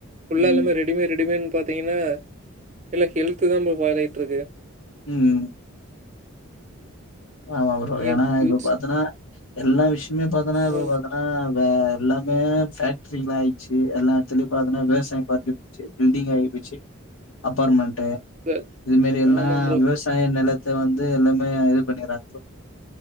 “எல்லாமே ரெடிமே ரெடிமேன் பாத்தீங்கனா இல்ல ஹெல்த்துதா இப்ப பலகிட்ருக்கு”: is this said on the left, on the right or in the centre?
Right